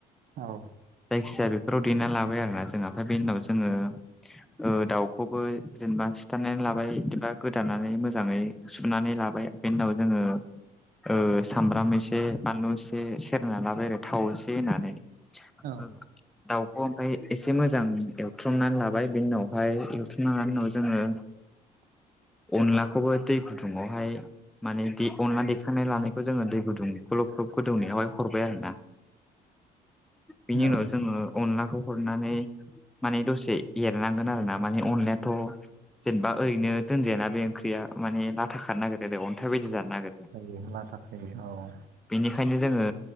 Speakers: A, on the right; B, in the centre.
A: औ
B: जायखिजाया बेफोराव देना लाबाय आरोना जोङो ओमफ्राय बेनि उनाव जोङो ओ दाउखौबो जेनेबा सिथारनानै लाबाय जेनबा गोदानानै मोजाङै सुनानै लाबाय बेनि उनाव जोङो ओ सामब्राम एसे बानलु एसे सेरना लाबाय आरो थाव एसे होननानै ओं
A: औ
B: दाउखौ ओमफ्राय एसे मोजां एवथुमनानै लाबाय बेनि उनावहाय एवथुमना लानायनि उनाव जोङो
A: <inaudible>
B: अनलाखौबो दै गुदुंङावहाय माने दे अनला दे खांना लानायखौ जोङो दै गुदुं ग्लब ग्लब गोदौनायावहाय हरबाय आरोना बिनि
A: औ
B: उनाव जोङो अनलाखौ हरनानै माने दसे एरनांगोन आरोना माने अनलायाथ जेनेबा ओरैनो दोनजायाना बे ओंख्रिया माने लाथा खानो नागिरो आरोे अन्थाइ बायदि जानो नागिरो
A: बे लाथाखायो औ
B: बेनिखायनो जोङो